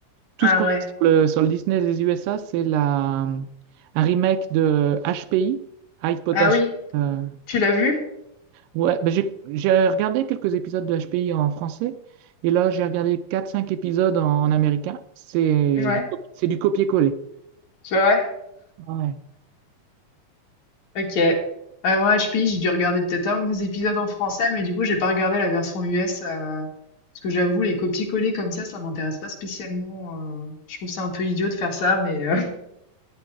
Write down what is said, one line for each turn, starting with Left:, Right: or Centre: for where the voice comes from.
Right: Tout
Left: ah
Right: ce qu'on
Left: ouais.
Right: a sur le, sur le Disney des USA, c'est la, un remake de H. P. I. High Potash.
Left: Ah oui,
Right: euh,
Left: tu l'as vu?
Right: ouais, ben j'ai j'ai regardé quelques épisodes de H. P. I en français et là, j'ai regardé quatre cinq épisodes en, en américain. C'est
Left: Ouais,
Right: du- c'est du copier-coller.
Left: tu vois?
Right: Ouais.
Left: Ok. Ouais, moi, HPI, j'ai dû regarder peut-être un ou deux épisodes en français, mais du coup, j'ai pas regardé la version US. euh, parce que j'avoue, les copier-coller comme ça, ça m'intéresse pas spécialement. euh, je trouve ça un peu idiot de faire ça, mais euh,